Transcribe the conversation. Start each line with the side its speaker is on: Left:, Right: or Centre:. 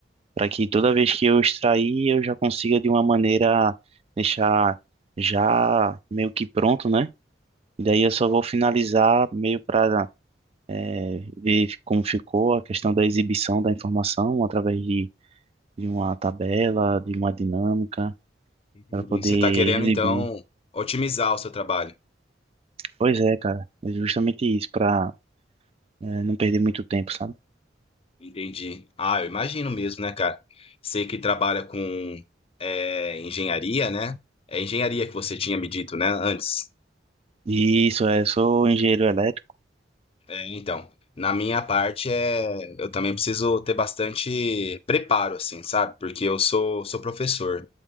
Right: para que toda vez que eu extrair eu já consiga de uma maneira deixar já meio que pronto, né? E daí eu só vou finalizar meio para é, ver como ficou a questão da exibição da informação através de, de uma tabela, de uma dinâmica,
Left: Entendi.
Right: para poder
Left: Você está querendo,
Right: exibir.
Left: então, otimizar o seu trabalho.
Right: Pois é, cara, é justamente isso, para não perder muito tempo, sabe?
Left: Entendi. Ah, eu imagino mesmo, né, cara? Sei que trabalha com eh, engenharia, né? É engenharia que você tinha me dito, né, antes.
Right: E Isso, é, sou engenheiro elétrico.
Left: É, então, na minha parte é, eu também preciso ter bastante preparo, assim, sabe? Porque eu sou, sou professor.